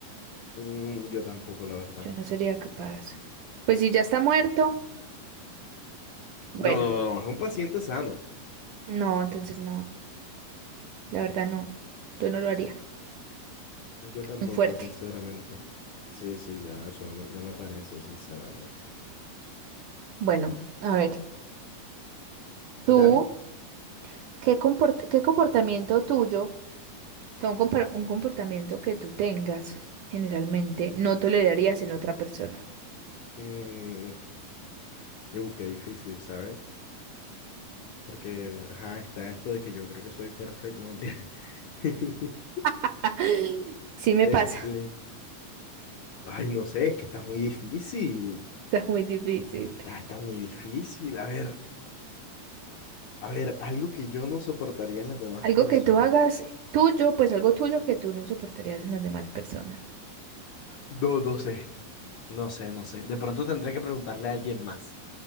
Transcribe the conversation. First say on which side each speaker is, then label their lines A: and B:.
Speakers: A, on the left (about 70°); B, on the right (about 75°).
A: Mm, yo tampoco, la verdad.
B: Yo no sería capaz. Pues si ya está muerto, bueno,
A: No, no, no, es un paciente sano.
B: no, entonces no, la verdad no, yo no lo haría.
A: Yo tampoco,
B: Muy fuerte.
A: sinceramente. Sí, sí, ya, eso no, no me parece, sinceramente.
B: Bueno, a ver, tú,
A: Dale.
B: ¿qué comport- qué comportamiento tuyo? O sea, un, compor- un comportamiento que tú tengas, generalmente, no tolerarías en otra persona.
A: Mm, uh, qué difícil, ¿sabes? Porque, ajá, está esto de que yo creo que soy perfecto. No, mentira. <laughs>
B: <laughs> Sí me
A: Este.
B: pasa,
A: Ay, no sé, es que está muy difícil.
B: <laughs> está muy difícil.
A: Está, está muy difícil. A ver, a ver, algo que yo no soportaría en las demás
B: Algo
A: personas.
B: que tú hagas tuyo, pues algo tuyo que tú no soportarías en las demás personas.
A: No, no sé. No sé, no sé. De pronto tendré que preguntarle a alguien más.